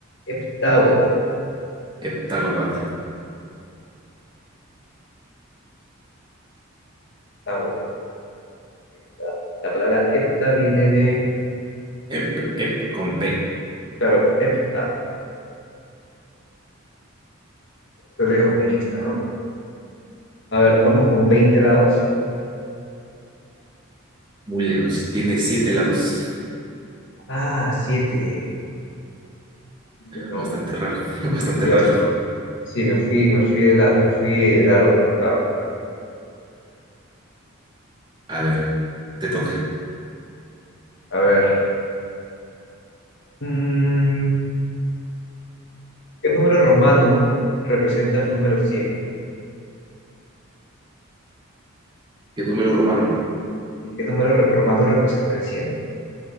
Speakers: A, on the left; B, on the right.
A: heptágono,
B: Heptágono antes de P.
A: heptágono, La, la palabra hepta viene de,
B: Hep, hep, con P.
A: claro, hepta, lo lejos me dijiste, ¿no? A ver, vamos con 20 lados.
B: Muy lejos. Tiene siete lados.
A: Ah, siete, No,
B: Bastante raro, <laughs> bastante
A: sí,
B: raro.
A: basta. Sí, me fui, me fui de la, me fui de largo con los lados.
B: A ver, te toca.
A: A ver. mm, ¿qué número romano representa el número 100?
B: ¿Qué número romano?
A: ¿Y qué número re- romano representa el 100?